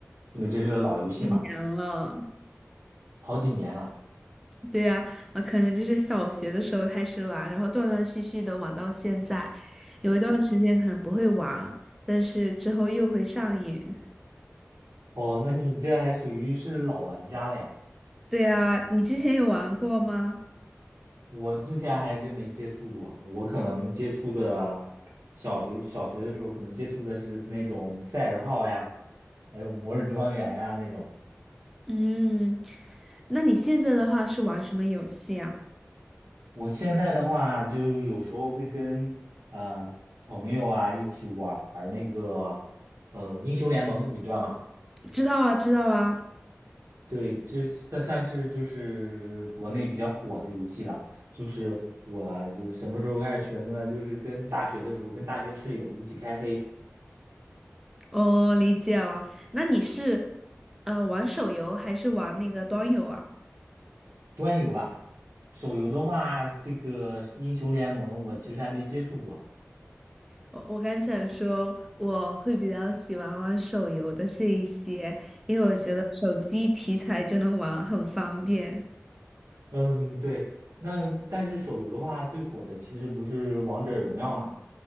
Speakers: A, on the right (about 70°); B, in the centre.
A: 因为这是个老游戏嘛，
B: 年了
A: 好几年了。
B: 对呀，啊，呃可能就是小学的时候开始玩，然后断断续续的玩到现在，有一段时间可能不会玩，但是之后又会上瘾。
A: 哦，那你这还属于是老玩家了呀？
B: 对呀，你之前有玩过吗？
A: 我之前还真没接触过啊，我可能接触的小学小学的时候，可能接触的是那种赛尔号呀，还有摩尔庄园呀那种。
B: 嗯，那你现在的话是玩什么游戏啊？
A: 我现在的话，就有时候会跟嗯、呃朋友啊一起玩儿那个呃英雄联盟，你知道吗？
B: 知道啊，知道啊，
A: 对，这算算是就是国内比较火的游戏了。就是我就什么时候开始学的呢？就是跟大学的时候，跟大学室友一起开黑。
B: 哦，理解了。那你是呃玩手游还是玩那个端游啊？
A: 端游啊，手游的话，这个英雄联盟我其实还没接触过。
B: 我我刚想说，我会比较喜欢玩手游的这一些，因为我觉得手机题材就能玩，很方便。
A: 嗯，对，那但是手游的话，最火的其实不是王者荣耀嘛？